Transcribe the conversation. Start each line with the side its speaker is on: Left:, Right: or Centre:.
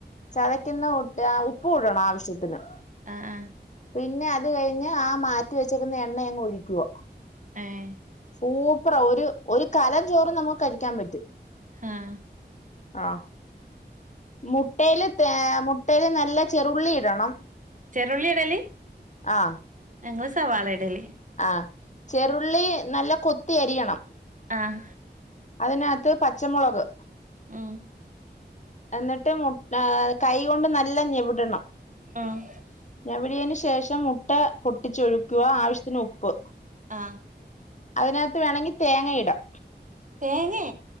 Left: ചതക്ക്ന്നട്ട് ഉപ്പൂടണം ആവശ്യത്തിന്
Right: ആഹ് ആഹ്
Left: പിന്നെ അത് കഴിഞ്ഞ് ആ മാറ്റി വെച്ചേക്കുന്ന എണ്ണ അങ്ങ് ഒഴിക്കുവ
Right: ഏഹ്
Left: സൂപ്പറാ ഒര് ഒരു കലം ചോറ് നമക്ക് കഴിക്ക്യാൻ പറ്റും
Right: ആഹ്
Left: ആഹ് മുട്ടേല് തേ മുട്ടേല് നല്ല ചെറുള്ളി ഇടണം
Right: ചെറുള്ളി ഇടല്
Left: ആഹ്
Right: ഞങ്ങള് സവാളെ ഇടല്
Left: ആഹ് ചെറുള്ളി നല്ല കൊത്തി അരിയണം
Right: ആഹ്
Left: അതിനകത്ത് പച്ചമുളക്
Right: ഉം
Left: എന്നിട്ട് മു കൈയ്യ കൊണ്ട് നല്ല ഞെവിടണം
Right: ഉം
Left: ഞെവിടിയേന് ശേഷം മുട്ട പൊട്ടിച്ചൊഴിക്കുക ആവശ്യത്തിന് ഉപ്പ്
Right: ആഹ്
Left: അതിനകത്ത് വേണെങ്കി തേങ്ങയിടാം
Right: തേങ്ങേ?